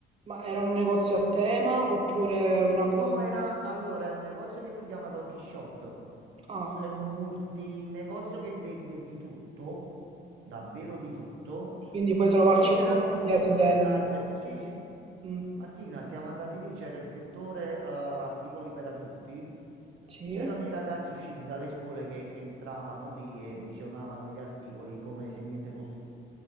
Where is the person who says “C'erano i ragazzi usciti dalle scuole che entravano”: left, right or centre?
Right